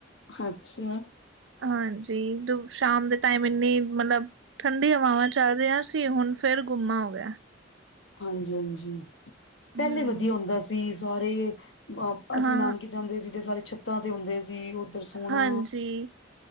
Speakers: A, on the left (about 80°); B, on the right (about 80°).
A: ਅੱਛਾ।
B: ਹਾਂਜੀ ਜੋ ਸ਼ਾਮ ਦੇ ਟਾਈਮ ਇੰਨੀ ਮਤਲਬ ਠੰਢੀ ਹਵਾਵਾਂ ਚੱਲ ਰਹੀਆਂ ਸੀ ਹੁਣ ਫੇਰ ਗੁੰਮਾ ਹੋ ਗਿਆ ਐ।
A: ਹਾਂਜੀ ਹਾਂਜੀ
B: ਹੂੰ,
A: ਪਹਿਲੇ ਵਧੀਆ ਹੁੰਦਾ ਸੀ ਸਾਰੇ ਅਸੀਂ
B: ਹਾਂ।
A: ਨਾਨਕੇ ਜਾਂਦੇ ਸੀ ਤੇ ਸਾਰੇ ਛੱਤਾਂ ਤੇ ਹੁੰਦੇ ਸੀ ਉੱਧਰ ਸੋਣਾ
B: ਹਾਂਜੀ।